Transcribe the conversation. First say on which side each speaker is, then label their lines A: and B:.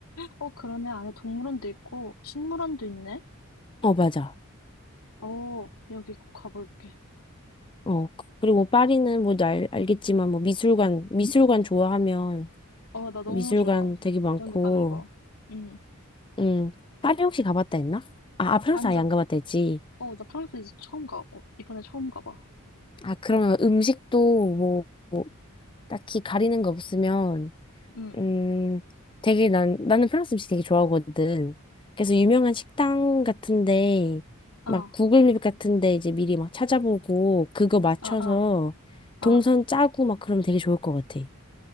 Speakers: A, on the left (about 80°); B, on the left (about 20°).
A: 어, 그러네. 안에 동물원도 있고, 식물원도 있네.
B: 어, 맞아.
A: 오, 여기 꼭 가볼게.
B: 어, 그- 그리고 뭐 파리는 뭐 알, 알겠지만 뭐 미술관, 미술관 좋아하면
A: 어, 나 너무
B: 미술관
A: 좋아.
B: 되게 많고,
A: 그런 데 가는 거. 응.
B: 음, 파리 혹시 가봤다 했나? 아, 아 프랑스
A: 아니,
B: 아예
A: 나,
B: 안 가봤다 했지.
A: 어, 나 프랑스 이제 처음 가. 어, 이번에 처음 가봐.
B: 아, 그러면 음식도 뭐, 뭐 딱히 가리는 거 없으면
A: 응.
B: 음, 되게 난, 나는 프랑스 음식 되게 좋아하거든. 그래서 유명한 식당 같은데,
A: 아,
B: 막 구글 맵 같은데 이제 미리 막 찾아보고, 그거 맞춰서
A: 아, 아. 아,
B: 동선 짜고 막 그러면 되게 좋을 것 같아.